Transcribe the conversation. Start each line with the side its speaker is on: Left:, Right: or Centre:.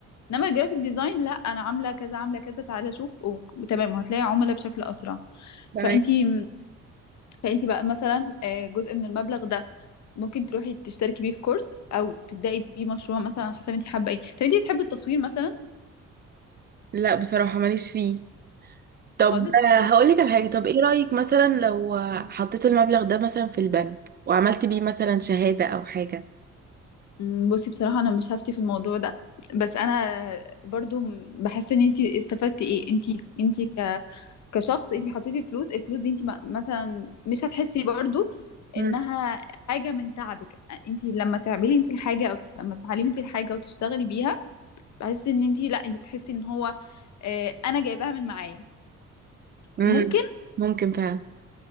Left: انما الجرافيك ديزاين لا انا عامله كذا عامله كذا تعالى شوف وتمام وهتلاقي عملاء بشكل اسرع
Right: تمام
Left: فانتي فانتي بقى مثلا آه، جزء من المبلغ ده ممكن تروحي تشتركي بيه في كورس او تبداي بيه مشروع مثلا على حسب انت حابه ايه طب انت بتحبي التصوير مثلا
Right: لا بصراحة ماليش فيه طب
Left: خالص
Right: آه، هقولك
Left: كنت
Right: على حاجة طب ايه رأيك مثلا لو آه، حطيت المبلغ ده مثلا في البنك وعملت بيه مثلا شهادة او حاجة
Left: مم، بصي بصراحه انا مش هفتي في الموضوع ده بس انا برضو بحس ان انت استفدتي ايه انت انت كشخص انت حطيتي فلوس الفلوس دي انت ما- مثلا مش هتحسي برضو
Right: مم.
Left: انها حاجه من تعبك انت لما تعملي انت الحاجه او ت- لما تعلمي انت الحاجه وتشتغلي بيها بحس ان انت لا انت بتحسي ان هو اه انا جايباها من معايا
Right: مم.
Left: ممكن
Right: ممكن فعلا